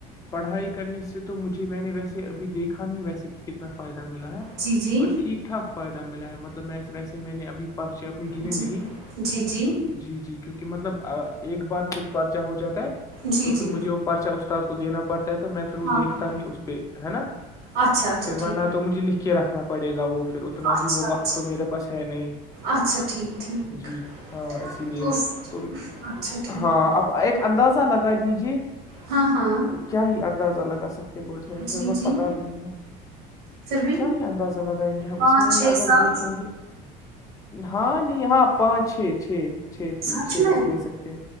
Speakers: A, on the left (about 20°); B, on the right (about 80°).
A: پڑھائی کرنے سے تو مجھے میں نے ویسے ابھی دیکھا نہیں ویسے کہ کتنا فائدہ ملا ہے-
B: جی- جی
A: پر ٹھیک ٹھاک فائدہ ملا ہے مطلب ویسے میں نے ابھی پرچے اپنے گنے
B: جی
A: نہیں-
B: جی جی
A: جی- جی کیونکہ مطلب ایک بار کچھ پرچہ ہو جاتا ہے
B: جی
A: تو
B: جی
A: پھر مجھے- پرچا استاد کو دینا پڑتا ہے تو میں پھر وہ
B: ہاں
A: دیکھتا
B: ہاں
A: نہیں اس پہ ہے نا
B: اچھا اچھا
A: پھر ورنہ-
B: ٹھیک
A: تو مجھے لکھ کے رکھنا پڑے گا وہ پھر اتنا
B: اچھا
A: بھی وہ
B: اچھا
A: وقت تو میرے پس ہے نہیں-
B: اچھا ٹھیک ٹھیک
A: جی ہاں اسی لیے
B: تو
A: تو
B: اچھا ٹھیک-
A: ہاں آپ ایک اندازہ لگا لیجیے-
B: ہاں -ہاں
A: کیا ہی اندازہ لگا سکتے ہیں
B: جی جی
A: پتا بھی نہیں ہے
B: پھر بھی
A: کیا ہی اندازہ- م لگائیں گے ہم
B: پانچ
A: اس میں
B: چھ
A: اگر
B: سال
A: دیکھیں گے ہاں نہیں ہاں پانچ ہے چ- چھ چی
B: سچ
A: چھ
B: میں
A: تک لے سکتے